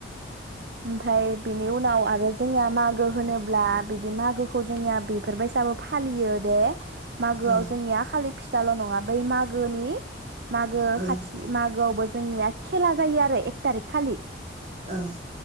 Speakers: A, on the right; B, on the right.
A: ओमफ्राय बिनि उनाव आरो जोंनिया मागो होनोब्ला बिदि मागोखौ जोंनिया बेफोरबायसाबो फालियो दे। मागोआव
B: औ
A: जोंनिया खालि फिथाल' नङा बै मागोनि मागो
B: औ
A: खाथि
B: नोंथां
A: मागोआवबो जोंनिया खेला जायो आरो एक थारिख खालि
B: औ